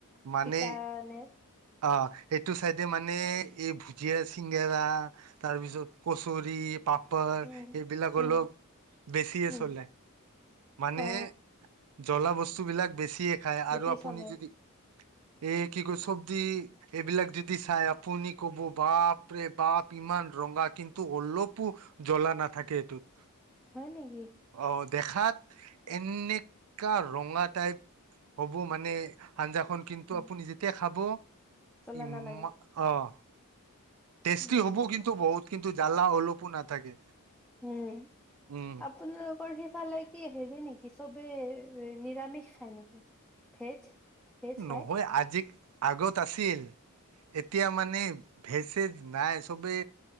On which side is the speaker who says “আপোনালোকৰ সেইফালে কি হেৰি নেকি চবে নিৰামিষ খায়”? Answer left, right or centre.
Centre